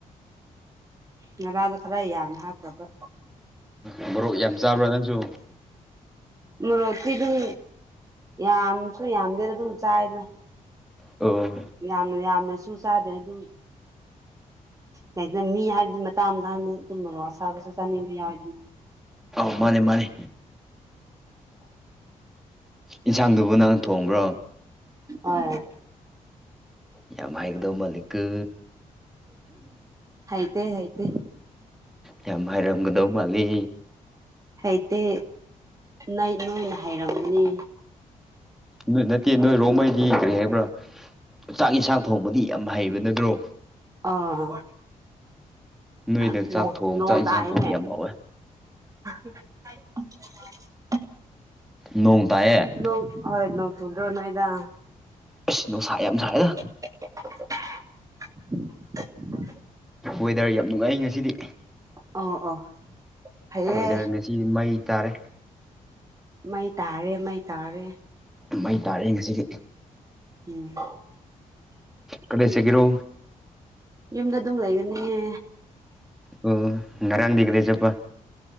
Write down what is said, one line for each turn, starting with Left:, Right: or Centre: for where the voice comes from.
Right: ꯉꯔꯥꯗꯣ ꯈꯔ ꯌꯥꯝꯅ ꯍꯥꯞꯈ꯭ꯔꯕ
Centre: ꯎ ꯃꯣꯔꯣꯛ ꯌꯥꯝ ꯆꯥꯕ꯭ꯔꯥ ꯅꯪꯁꯨ
Right: ꯃꯣꯔꯣꯛꯇꯤ ꯗꯨꯝ ꯌꯥꯝꯁꯨ ꯌꯥꯝꯗꯦꯅ ꯑꯗꯨꯝ ꯆꯥꯏꯗ
Centre: ꯑꯣ
Right: ꯌꯥꯝꯅ ꯌꯥꯝꯅꯁꯨ ꯆꯥꯗꯦ ꯑꯗꯨꯝ ꯍꯦꯛꯇ ꯃꯤ ꯍꯥꯏꯕꯗꯤ ꯃꯇꯥꯡ ꯃꯇꯥꯡ ꯑꯗꯨꯨꯝ ꯃꯣꯔꯣ ꯑꯁꯥꯕꯁꯨ ꯆꯥꯅꯤꯡꯕ ꯌꯥꯎꯋꯤꯗꯅ
Centre: ꯑꯥꯎ ꯃꯥꯅꯦ ꯃꯥꯅꯦ ꯏꯟꯁꯥꯡꯗꯨꯕꯨ ꯅꯪ ꯊꯣꯡꯕ꯭ꯔꯣ
Right: ꯍꯣꯢ
Centre: ꯌꯥꯝ ꯍꯩꯒꯗꯧ ꯃꯥꯜꯂꯤꯀꯣ
Right: ꯍꯩꯇꯦ ꯍꯩꯇꯦ
Centre: ꯌꯥꯝ ꯍꯥꯏꯔꯝꯒꯗꯧ ꯃꯥꯜꯂꯤ
Right: ꯍꯩꯇꯦ ꯅꯥꯏ ꯅꯣꯏꯅ ꯍꯩꯔꯝꯃꯅꯤ
Centre: ꯅꯣꯏ ꯅꯠꯇꯦ ꯅꯣꯏ ꯔꯣꯃꯩꯒꯤ ꯀꯔꯤ ꯍꯥꯏꯕ꯭ꯔꯥ ꯆꯥꯛ ꯌꯦꯟꯁꯥꯡ ꯊꯣꯡꯕꯗꯤ ꯌꯥꯝ ꯍꯩꯕ ꯅꯠꯇ꯭ꯔꯣ
Right: ꯑꯥ
Centre: ꯅꯣꯏꯅ
Right: ꯑ ꯅꯣ
Centre: ꯆꯥꯛ ꯊꯣꯡ
Right: ꯅꯣꯡ
Centre: ꯆꯥꯛ ꯏꯟꯁꯥꯡ
Right: ꯇꯥꯏꯅꯦ
Centre: ꯊꯣꯡ ꯌꯥꯝ ꯍꯥꯎꯋꯦ
Right: <unintelligible>
Centre: ꯅꯣꯡ ꯇꯥꯏꯌꯦ
Right: ꯅꯣꯟ ꯍꯣꯏ ꯅꯣꯡ ꯆꯨꯗ꯭ꯔꯣ ꯅꯣꯏꯗ
Centre: ꯑꯩꯁ ꯅꯨꯡꯁꯥ ꯌꯥꯝ ꯁꯥꯥꯏꯗ
Right: <unintelligible>
Centre: ꯋꯦꯗꯔ ꯌꯥꯝ ꯅꯨꯡꯉꯥꯏ ꯉꯁꯤꯗꯤ
Right: ꯑꯣ ꯑꯣ ꯐꯩꯌꯦ
Centre: ꯋꯦꯗꯔ ꯉꯁꯤꯗꯤ ꯃꯩ ꯇꯥꯔꯦ
Right: ꯃꯩ ꯇꯥꯔꯦ ꯃꯩ ꯇꯥꯔꯦ
Centre: ꯃꯩ ꯇꯥꯔꯦ ꯉꯁꯤꯗꯤ
Right: ꯎꯝ
Centre: ꯀꯗꯁ ꯁꯦꯒꯤꯔꯣ
Right: ꯌꯨꯝꯗ ꯑꯗꯨꯝ ꯂꯩꯒꯅꯤꯌꯦ
Centre: ꯑꯣ ꯉꯔꯥꯡꯗꯤ ꯀꯗꯩ ꯆꯠꯄ